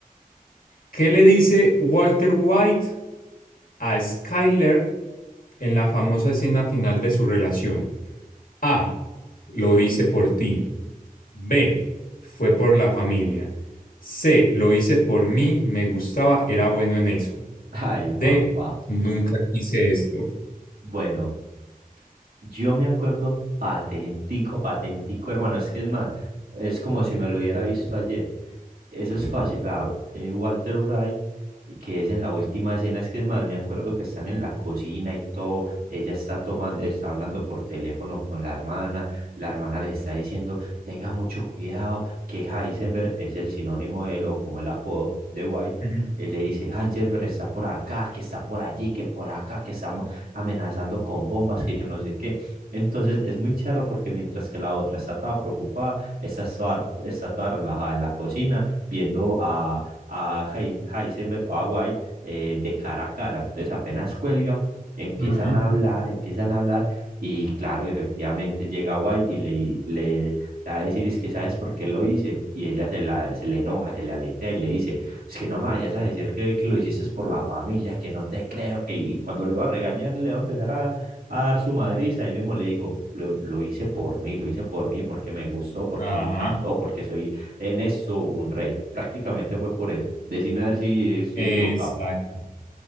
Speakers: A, on the left; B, on the right.
A: ¿Qué le dice Walter White a Skyler en la famosa escena final de su relación? A. Lo hice por ti. B. Fue por la familia. C. Lo hice por mí, me gustaba, era bueno en eso.
B: <laughs> Ay,
A: D.
B: papá.
A: Nunca quise esto.
B: Bueno, yo me acuerdo patentico, patentico, hermano, es que es más, es como si me lo hubiera visto ayer. Eso es fácil, vea, eh, Walter Wright, que es en la última escena, es que es más, me acuerdo que están en la cocina y todo, ella está tomando, está hablando por teléfono con la hermana, la hermana le está diciendo, tenga mucho cuidado, que Heisenberg es el sinónimo de él, o como el apodo de White,
A: Ujú,
B: él le dice, Heisenberg está por acá, que está por allí, que por acá, que estamos amenazando con bombas, que yo no sé qué. Entonces es muy charro porque mientras que la otra está toda preocupada, esta está toda- está toda relajada en la cocina viendo a, a Heisenberg o a White eh, de cara a cara. Entonces apenas cuelga, empiezan
A: ujú.
B: a hablar, empiezan a hablar y claro, efectivamente llega White y le, le, le va a decir es que sabes por qué lo hice y ella se, la, se le enoja, se le aletea y le dice es que no me vayas a decir que, que lo hiciste por la familia, que no te creo, que y cuando lo iba a regañar le va a empezar a, a dar su madriza, ahí mismo le dijo lo, lo hice por mí, lo hice por mí porque me gustó, porque
A: Ajá,
B: me encantó, porque soy en eso un rey. Prácticamente fue por eso. Decime a ver si estoy
A: exacto.
B: equivocado.